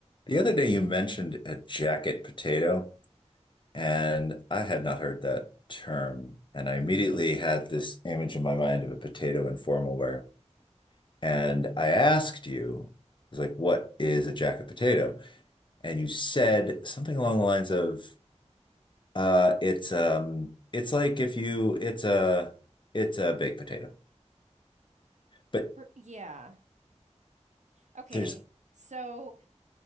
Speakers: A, on the left; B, on the right.
A: The other day you mentioned a jacket potato, and I had not heard that term. And I immediately had this image in my mind of a potato in formal wear. And I asked you, I was like, what is a jacket potato? And you said something along the lines of, uh, it's um it's like if you it's a it's a baked potato. But
B: Per- Yeah. Okay.
A: there's
B: So,